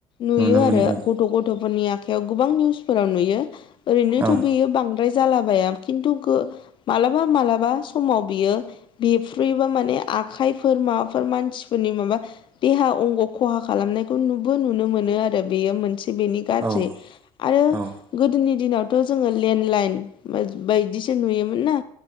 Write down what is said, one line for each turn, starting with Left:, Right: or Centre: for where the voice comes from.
Left: नुयो
Right: नुनो मोनो
Left: आरो
Right: औ
Left: गथ गथ'फोरनि आखायाव गोबां निउसफोराव नुयो ओरैनोथ'
Right: औ
Left: बियो बांद्राय जालाबायाया खिन्थु मालाबा- मालाबा समाव बियो बेफ्रुयोबा माने आखाइफोर माबाफोर मानसिफोरनि माबा देहा अंग खहा खालामनायखौ नुबो नुनो मोनो आरो। बेयो मोनसे बेनि गाज्रि
Right: औ
Left: आरो
Right: औ
Left: गोदोनि दिनावथ' जोङो लेन्डलाइन बायदिसो नुयोमोन ना